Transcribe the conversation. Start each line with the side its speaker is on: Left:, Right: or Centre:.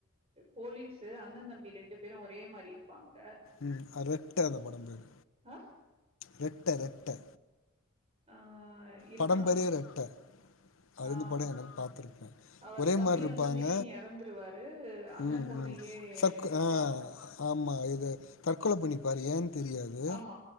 Right: போலீஸு அண்ணந் தம்பி ரெண்டு பேரு ஒரே மாரி இருப்பாங்க
Left: ம் அ ரெட்ட அந்த படம் பேரு
Right: ஆ
Left: ரெட்ட ரெட்ட
Right: ஆ இருக்கலா
Left: படம் பேரே ரெட்ட அது
Right: ஆ
Left: அந்த படம் எனக் பாத்துருக்கே
Right: அவர்
Left: ஒரே
Right: தம்பி
Left: மார்ருப்பாங்க
Right: வந்து திடீர்னு எறந்துருவாரு அண்ண
Left: ம்
Right: பொண்ணையே
Left: ம் சக்கு
Right: தப்பா
Left: ஆ ஆமா இது தற்கொல பண்ணிப்பாரு ஏன் தெரியாது
Right: ஆமா